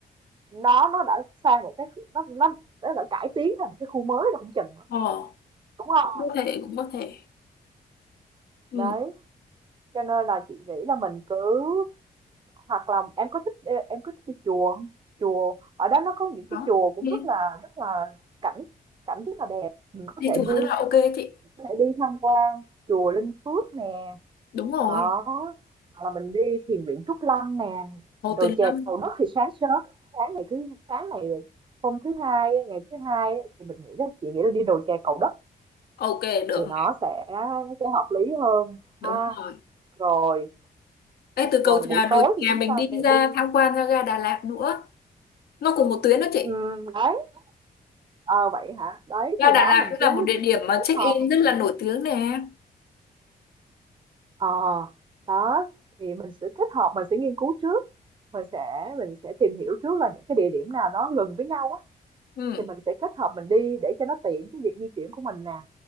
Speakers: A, on the right (about 30°); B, on the left (about 75°).
A: nó nó đã sang một cái khu- nó nó nó đã cải tiến thành một cái khu mới rồi không chừng nữa
B: ờ
A: đúng không
B: cũng có thể cũng có thể ừ
A: đấy cho nên là chị nghĩ là mình cứ hoặc là em có thích em có thích đi chùa không? chùa ở đó nó có những cái
B: đó
A: chùa cũng
B: đi,
A: rất là rất là cảnh cảnh rất là đẹp mình có
B: đi
A: thể
B: chùa
A: đi
B: rất là ok chị
A: có thể đi tham quan chùa Linh Phước nè
B: đúng rồi
A: đó hoặc là mình đi thiền viện Trúc Lâm nè
B: Hồ
A: rồi
B: Tuyền
A: chè
B: Lâm
A: Cầu Đất thì sáng sớm sáng ngày thứ sáng này hôm thứ hai ngày thứ hai thì mình nghĩ là chị nghĩ là đi đồi chè Cầu Đất
B: ok được
A: thì nó
B: này
A: sẽ nó sẽ hợp lý hơn
B: đúng
A: ha
B: rồi
A: rồi
B: Ê, từ cầu
A: còn buổi
B: trà đồi
A: tối thì
B: kè
A: chúng
B: mình
A: ta
B: đi
A: sẽ
B: ra
A: đi
B: tham quan ra ga Đà Lạt nữa nó cùng một tuyến đó chị
A: Ừm, đấy ờ vậy hả đấy
B: ga
A: thì
B: Đà
A: nó
B: Lạt
A: mình
B: cũng
A: cứ
B: là một địa điểm mà
A: kết
B: check
A: hợp
B: in
A: mình
B: rất là
A: sẽ
B: nổi tiếng nè
A: ờ đó thì mình sẽ kết hợp mình sẽ nghiên cứu trước mình sẽ mình sẽ tìm hiểu trước là những cái địa điểm nào nó gần với nhau á
B: ừ
A: thì mình sẽ kết hợp mình đi để cho nó tiện cái việc di chuyển của mình nè